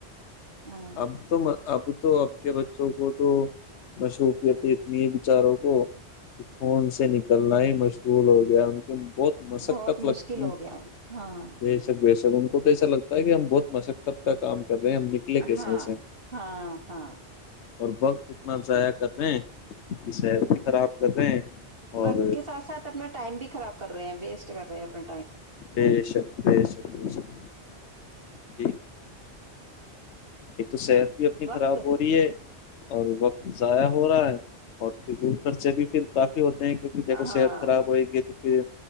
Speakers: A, on the right; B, on the left.
A: ہاں
B: اب تو اب تو اب کے بچوں کو تو مصروفیت اتنی ہے بیچاروں کو کہ فون سے نکلنا ہی مشغول ہو گیا ان کے بہت مشقت
A: بہت
B: لگ
A: مشکل ہو گیا ہے ہاں
B: بے شک بےشک بہت ایسا لگتا ہے کہ ہم بہت مشقت کا کام کر رہے ہیں ہم نکلے کیسے
A: ہاں
B: سے
A: ہاں ہاں
B: اور وقت اتنا ضائع کر رہے ہیں کی صحت بھی خراب کر رہے ہیں اور
A: وقت کے ساتھ ساتھ اپنا ٹائم بھی خراب کر رہے ہیں ویسٹ کر رہے ہیں اپنے
B: بیشک بیشک بیشک <inaudible> ایک تو صحت بھی اپنی
A: وقت
B: خراب ہو رہی ہے اور وقت ضائع ہو رہا ہے اور فضول خرچے بھی پھر کافی ہوتے ہیں کیونکہ دیکو
A: ہاں
B: صحت خراب ہوئے گی تو جی